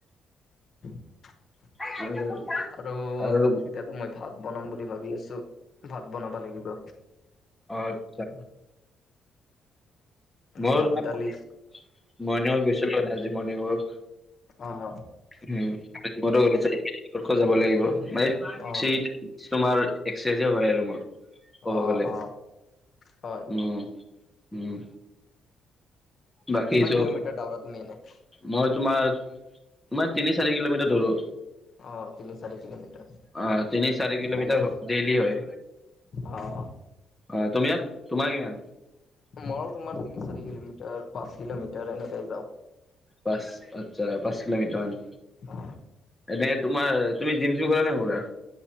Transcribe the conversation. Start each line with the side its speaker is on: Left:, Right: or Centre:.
Left: <inaudible>
Centre: <unintelligible>
Left: আৰু
Centre: আৰু
Left: এতিয়াতো মই ভাত বনাম বুলি ভাবি আছো। ভাত বনাব লাগিব।
Centre: অ, আচ্ছা। মই
Left: ভাত
Centre: তোমাৰ
Left: দালি
Centre: মৰ্ণিংৱাক গৈছিলো মানে আজি মৰ্ণিংৱাক।
Left: অ, হ।
Centre: উম, <unintelligible> যাব লাগিব। <unintelligible>
Left: অ
Centre: কিছুমাৰ এক্সেজে হয় আৰু মোৰ। ক'ব
Left: অ
Centre: গলে
Left: অ হয়
Centre: উম উম। বাকী
Left: কিমান
Centre: চব
Left: কিলোমিটাৰ দাউৰা তুমি এনে?
Centre: মই তোমাৰ তোমাৰ তিনি চাৰি কিলোমিটাৰ দউৰো।
Left: অ তিনি চাৰি কিলোমিটাৰ
Centre: অ তিনি, চাৰি কিলোমিটৰ
Left: ভালে
Centre: ডেইলি হয়।
Left: অ অ
Centre: অ তুমি আৰ, তোমাৰ কিমান?
Left: মইয়ো তোমাৰ তিনি, চাৰি কিলোমিটাৰ, পাঁচ কিলোমিটাৰ এনেকেই যাওঁ।
Centre: পাঁচ আচ্ছা পাঁচ কিলোমিটাৰ মান।
Left: অ।
Centre: এনে তোমাৰ তুমি জিম চিম কৰা নে নকৰা?